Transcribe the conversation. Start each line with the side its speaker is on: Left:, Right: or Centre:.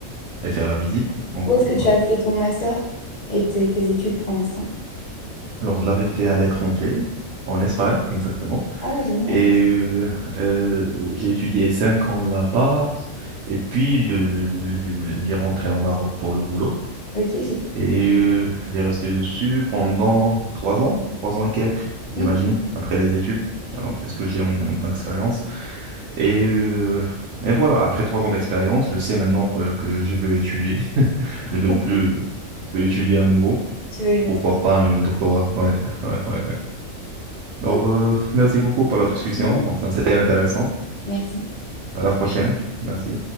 Right: et faire la visite. Donc,
Left: Où est-ce que tu
Right: euh,
Left: as fait ton master et tes tes études pour l'instant?
Right: alors, je l'avais fait à l'étranger, en Espagne exactement.
Left: Ah, génial.
Right: Et euh, euh, j'ai étudié cinq ans là-bas. Et puis, je- je- je- j'ai rentré au Maroc pour le boulot.
Left: Ok.
Right: Et euh, il est resté dessus pendant trois ans, trois ans et quelques, j'imagine,
Left: Mm.
Right: après les études. Alors, c'est ce que j'ai en, en tant qu'expérience. Et, euh, et voilà, après trois ans d'expérience, je sais maintenant que, que je veux étudier. <laughs> Je
Left: <laughs>
Right: veux plus, plus étudier à nouveau.
Left: Tu vas y retourner.
Right: Pourquoi pas un doctorat? Ouais, <laughs> ouais, ouais, ouais. Alors,
Left: Ok,
Right: euh, merci beaucoup pour la discussion.
Left: merci beaucoup.
Right: Enfin, c'était intéressant.
Left: Merci.
Right: À la prochaine. Merci.